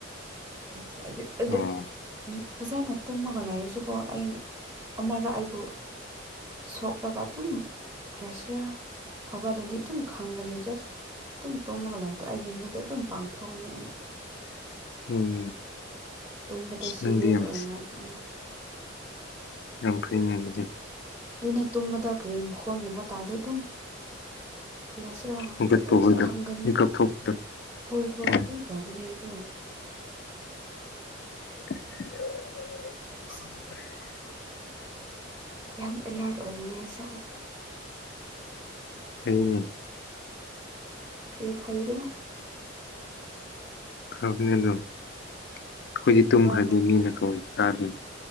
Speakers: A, on the right (about 20°); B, on the left (about 55°).
A: ꯀꯩ ꯍꯥꯢꯁꯤꯔ ꯑꯩꯗꯤ ꯑꯗꯨꯝ
B: ꯑꯣ
A: ꯐꯖꯅ ꯇꯨꯝꯃꯒ ꯂꯩꯔꯁꯨꯀꯣ ꯑꯩ ꯑꯃꯔꯛ ꯑꯩꯕꯨ ꯁꯣꯛꯂꯒ ꯑꯗꯨꯝ ꯀꯩ ꯍꯥꯢꯁꯤꯔ ꯍꯧꯒꯠꯂꯗꯤ ꯑꯗꯨꯝ ꯈꯪꯕꯅꯤ ꯖꯁ ꯑꯗꯨꯝ ꯇꯨꯝꯃꯒ ꯂꯩꯕꯗꯨ ꯑꯩꯒꯤ ꯃꯤꯠꯇ ꯑꯗꯨꯝ ꯄꯥꯡꯊꯣꯛꯑꯅꯤ ꯑꯩ
B: ꯎꯝ
A: ꯇꯨꯝꯕꯗ
B: ꯑꯁ
A: ꯁꯤꯔꯦꯖ
B: ꯅꯪꯗꯤ ꯌꯥꯝ
A: ꯑꯣꯏꯅ ꯇꯨꯝꯗꯦ
B: ꯌꯥꯝ ꯐꯩꯅꯦ ꯑꯗꯨꯗꯤ
A: ꯑꯗꯨꯅꯦ ꯇꯨꯝꯕꯗ ꯀꯔꯤ ꯃꯈꯣꯟꯒꯨꯝꯕ ꯇꯥꯔꯗꯤ ꯑꯗꯨꯝ ꯀ꯭ꯔꯤꯍꯥꯢꯁꯤꯔ
B: ꯍꯧꯒꯠꯄ
A: ꯑꯗꯨꯝ
B: ꯍꯣꯏꯗꯣ
A: ꯈꯪꯒꯅꯤ
B: ꯃꯤꯀꯞ ꯊꯣꯛꯄꯗꯣ
A: ꯍꯣꯏ ꯍꯣꯏ
B: ꯎꯝ
A: ꯑꯗꯨꯝ ꯇꯧꯒꯅꯤ ꯑꯩꯗꯣ
B: INAUDIBLE
A: ꯑꯁ ꯌꯥꯝ ꯑꯦꯂꯥꯔꯠ ꯑꯣꯏꯕꯅ ꯑꯩꯁꯦ
B: ꯐꯩꯅꯦ
A: ꯀꯔꯤ ꯐꯩꯕꯅꯣ
B: ꯐꯕꯅꯦ ꯑꯗꯨꯝ ꯑꯩꯈꯣꯏꯗꯤ ꯇꯨꯝꯈ꯭ꯔꯗꯤ
A: ꯃꯔꯛ
B: ꯃꯤꯅ ꯀꯧ ꯇꯥꯗꯦ